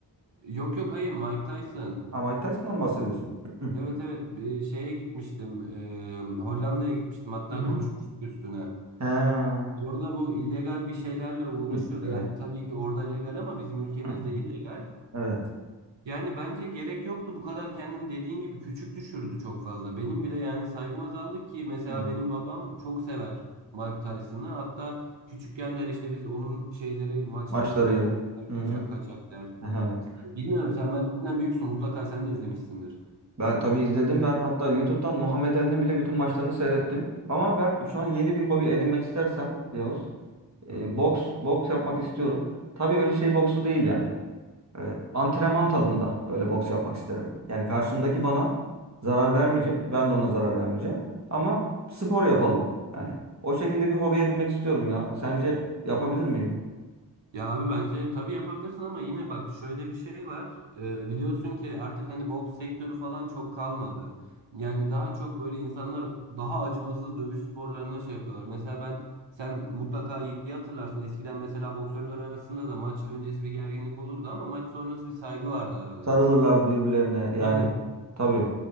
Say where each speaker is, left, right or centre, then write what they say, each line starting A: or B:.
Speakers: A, on the right; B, on the right.
A: Yok yok hayır Mike Tyson.
B: Ha Mike Tyson'dan mı bahsediyorsun? Hı.
A: Evet evet bir şeye gitmiştim eee, Hollanda'ya gitmiştim hatta
B: Hı <clears throat>
A: konuşmuştuk
B: hı.
A: üstüne.
B: Ha.
A: Orada bu illegal bir şeylerle uğraşıyordu.
B: Hı. Evet.
A: Yani tabii ki orada legal ama bizim ülkemizde
B: <clears throat>
A: illegal.
B: Evet.
A: Yani bence gerek yoktu bu kadar kendini dediğin gibi küçük düşürdü çok fazla. Benim bile yani saygım azaldı ki mesela
B: Hı.
A: benim babam çok sever Mike Tyson'ı. Hatta küçükken der işte biz onun şeyleri maçlarını
B: Maçlarıyla.
A: izler
B: Hı
A: kaçak
B: hı.
A: kaçak der.
B: <laughs> Evet.
A: Bilmiyorum sen benden büyüksün mutlaka sen de izlemişsindir.
B: Ben tabii izledim. Ben hatta YouTube'dan Muhammed Ali'nin bile bütün maçlarını seyrettim. Ama ben şu an yeni bir hobi edinmek istersem Yavuz, e,
A: Hı hı.
B: boks boks yapmak istiyorum. Tabii öyle şey boksu değil yani. e, antrenman tadında böyle boks yapmak isterim. Yani karşımdaki bana zarar vermeyecek. Ben de ona zarar vermeyeceğim. Ama spor yapalım. Yani o şekilde bir hobi edinmek istiyorum ya. Sence yapabilir miyim?
A: Ya abi bence tabii yapabilirsin ama yine bak şöyle bir şey var. Ee, biliyorsun ki artık hani boks sektörü falan çok kalmadı. Yani daha çok böyle insanlar daha acımasız dövüş sporlarına şey yapıyorlar. Mesela ben sen mutlaka iyi hatırlarsın. Eskiden mesela boksörler arasında da maç öncesi bir gerginlik olurdu ama maç sonrası bir saygı vardı aralarında.
B: Sarılırlardı birbirlerine. Yani
A: Tabii.
B: tabii